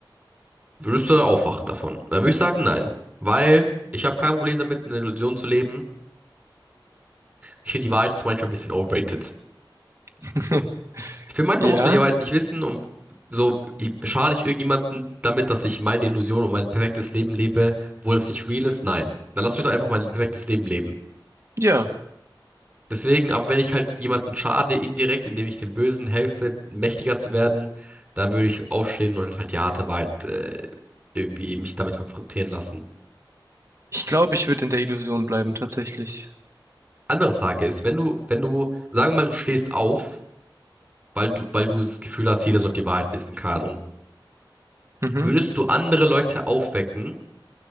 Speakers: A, on the right; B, on the right.
A: Würdest du dann aufwachen davon? Dann würde ich sagen, nein. Weil ich habe kein Problem damit, in einer Illusion zu leben. Ich finde, die Wahrheit ist manchmal ein bisschen overrated.
B: <laughs>
A: Ich finde, manchmal
B: Ja,
A: muss man die Wahrheit nicht wissen und so ich- schade ich irgendjemanden damit, dass ich meine Illusion und mein perfektes Leben lebe, obwohl es nicht real ist? Nein. Dann lass mich doch einfach mein perfektes Leben leben.
B: ja.
A: Deswegen, aber wenn ich halt jemanden schade indirekt, indem ich dem Bösen helfe, mächtiger zu werden, dann würde ich aufstehen und halt die harte Wahrheit äh, irgendwie mich damit konfrontieren lassen.
B: Ich glaube, ich würde in der Illusion bleiben, tatsächlich.
A: Andere Frage ist, wenn du, wenn du, sagen wir mal, du stehst auf, weil du, weil du das Gefühl hast, jeder sollte die Wahrheit wissen, keine Ahnung.
B: Mhm.
A: Würdest du andere Leute aufwecken,